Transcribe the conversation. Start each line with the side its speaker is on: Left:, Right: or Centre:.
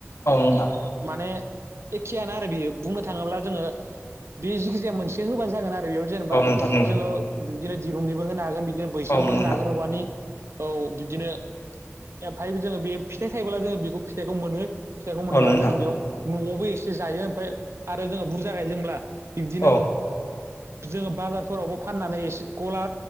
Left: औ नोंथां
Right: माने एखेयानो आरो बेयो बुंनो थाङोब्ला जोङो बे जिखिजाया मोनसे होबानो जागोन आरो बेयाव जेनेबा
Left: औ नोंथां नंगौ
Right: जोङो बिदिनो दिरुंनिबो होनो हागोन बिदिनो बैसांबो
Left: औ नंगौ
Right: होनो
Left: नोंथां
Right: हागोन औवानि औ बिदिनो ओमफाय बि जोङो बे फिथाइ थायोबोला जोङो बेखौ फिथाइखौ मोनो। फिथाइखौ मोनब्ला
Left: औ नंगौ नोंथां
Right: जोङो बेयाव न'आवबो एसे जायो ओमफाय आरो जोङो बुरजा गायदोंब्ला बिबदिनो
Left: औ नंगौ
Right: जोङो बाजारफोरावबो फाननानै एसे गला